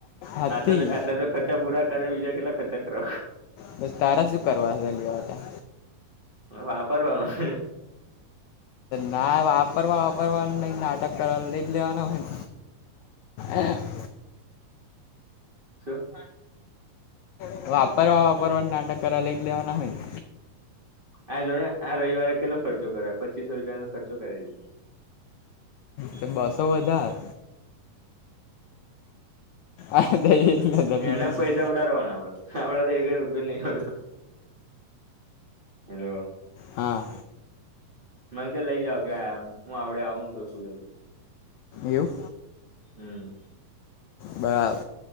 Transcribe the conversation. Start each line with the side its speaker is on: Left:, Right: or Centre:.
Left: હતી
Right: આટલા આટલા તો ખર્ચા પૂરા કરે બીજા કેટલા ખર્ચા કરાવે?
Left: બસ તારા શું કરવા છે લેવાતા
Right: વાપરવામાં.
Left: ના વાપરવા વાપરવા નહી નાટક કર લઈ જ લેવાના હોય ન. <unintelligible>
Right: શું?
Left: ને વાપરવા વાપરવા ને નાટક કરે લઇજ લેવાના હોય ન.
Right: આ જોને આ રવિવારે કેટલો ખર્ચો કરાયવો પચીસો રૂપિયાનો ખર્ચો કરાવી દો.
Left: તો બસો વધાર. એટલે બીજું
Right: એના
Left: શું
Right: પૈસા ઉદારવાના આપડે. આપડા તો એક રૂપિયા નહી હલ, હલો.
Left: હા.
Right: મને કે લઈ જાવ કે આમ હું આવડે આવઉ ને તો શુવડાઈ દઉ છું.
Left: એવું?
Right: હમ્મ.
Left: બરાબ.